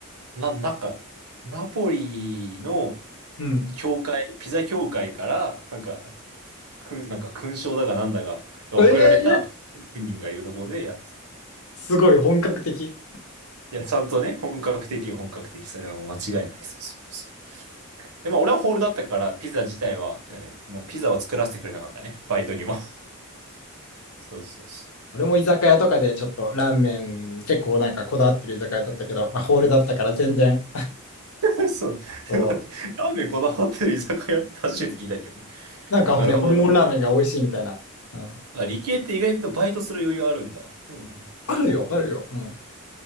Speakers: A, on the right; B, on the left.
A: な、なんか、ナポリの
B: うん。
A: 教会、ピザ教会から、なんか、く、なんか勲章だかなんだかが送られた職人がいるところでやって
B: ええすごい本格的。
A: いや、ちゃんとね、本格的、本格的、それはもう間違いない。そうそうそう。で、まあ、俺はホールだったから、ピザ自体は、てかね、なピザは作らせてくれなかったね、バイトには。<laughs> そうそうそ
B: 俺も居酒屋とかでちょっとラーメン結構なんかこだわってる居酒屋だったけど、まあ、ホールだったから全然、
A: う。<laughs> そう。
B: そう
A: で待って、ラーメンこだわってる居酒屋って初めて聞いたけどね。
B: なんかね、
A: なるほどね。
B: ホルモンラーメンが美味しいみたいな。うん。
A: あ、理系って意外とバイトする余裕あるんだ。うん。結構。
B: あるよ、あるよ。うん。